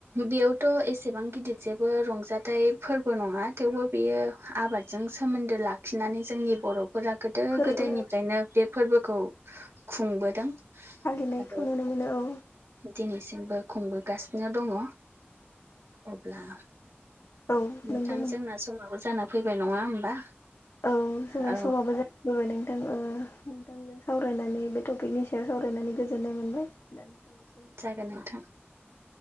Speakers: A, on the right (about 80°); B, on the left (about 75°).
A: बेयावथ' एसेबां गिदिर जेबो रंजाथाइ फोरबो नङा थेवबो बेयो आबाद जों सोमोन्दो लाखिनानै जोंनि बर'फोरा गोदो
B: फोरबो
A: गोदायनिफ्रायनो बे फोरबोखौ खुंबोदों
B: फालिनायखौ
A: आरो
B: नुनो मोनो औ
A: दिनैसिमबो खुंबोगासिनो दङ अब्ला
B: औ
A: नोंथां
B: नंगौ
A: जोंना समाबो जाना फैबाय नङा होमबा
B: औ जोंहा
A: औ
B: समाबो जा गो नोंथां नोंथांजों सावरायनानै बे टपिकनि सायाव सावरायनानै गोजोननाय मोनबाय दा नों थांनोसै
A: जागोन नोंथां